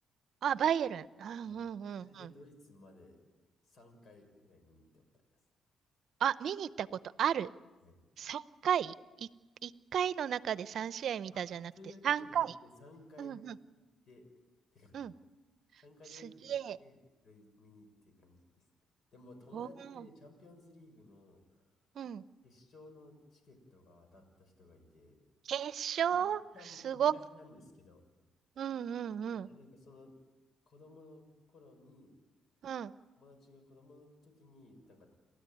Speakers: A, on the right; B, on the left.
A: あ、バイエルン。あ、うんうんうん。
B: はい。それでドイツまで3回ぐらい見に行ったことあります。
A: あ、見に行ったことある。
B: はい
A: 3回、い、1回の中で3試合見たじゃなくて3回。
B: あ、そういうわけじゃなくて、3回行って、
A: うんうん、
B: って感じ。
A: うん。
B: 3回ドイツに行って、
A: すげえ。
B: ドイ見に行って感じです。でも友達でチャンピオンズリーグの
A: おーうん。
B: 決勝のチケットが当たった人がいて、
A: 決勝
B: めっちゃ昔なんですけど、
A: すごっ。うんうんうん。
B: めっちゃなんかその子供の頃に、
A: うん、
B: 友達が子供の時に、なんか